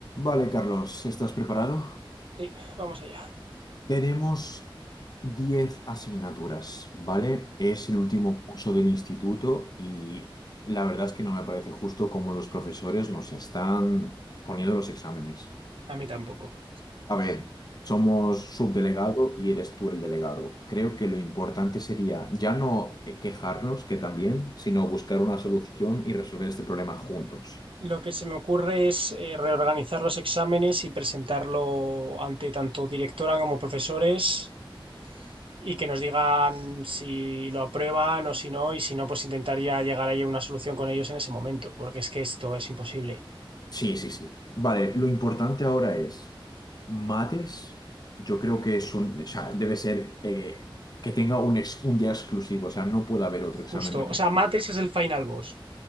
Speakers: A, on the left (about 45°); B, on the right (about 75°).
A: Vale, Carlos, ¿estás preparado?
B: Sí, vamos allá.
A: Tenemos 10 asignaturas, ¿vale? Es el último curso del instituto y la verdad es que no me parece justo cómo los profesores nos están poniendo los exámenes.
B: A mí tampoco.
A: A ver, somos subdelegado y eres tú el delegado. Creo que lo importante sería ya no quejarnos, que también, sino buscar una solución y resolver este problema juntos.
B: Lo que se me ocurre es eh, reorganizar los exámenes y presentarlo ante tanto directora como profesores y que nos digan si lo aprueban o si no, y si no, pues intentaría llegar ahí a una solución con ellos en ese momento, porque es que esto es imposible.
A: Sí, sí, sí. Vale, lo importante ahora es mates. Yo creo que es un, o sea, debe ser eh, que tenga un, ex- un día exclusivo, o sea, no puede haber otro
B: Justo,
A: examen de tu-
B: o sea, mates es el final boss.